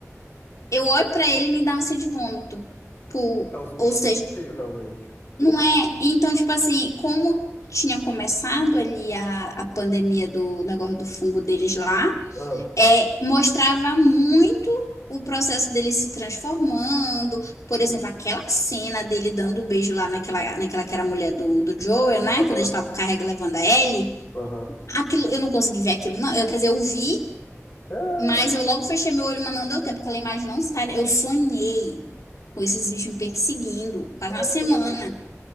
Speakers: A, on the left; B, on the left.
A: Eu olho pra ele e me dá ânsia de vômito. Pô,
B: É, os bichos
A: Ou seja,
B: são feios, realmente.
A: Não é? Então, tipo assim, como tinha começado ali a, a pandemia do negócio do fungo deles lá,
B: Ah,
A: é, mostrava muito o processo dele se transformando. Por
B: tem
A: exemplo, aquela cena dele dando o beijo lá naquela, naquela que era a mulher do, do Joel, né?
B: Aham,
A: Quando eles estavam carregando, levando a Ellie.
B: aham.
A: Aquilo, eu não consegui ver aquilo, não. Eu, quer dizer, eu vi,
B: É,
A: mas eu logo fechei meu olho, mas não deu tempo, porque aquela imagem não sai. Eu sonhei com esses bichos me perseguindo quase
B: mas,
A: uma semana.
B: mano,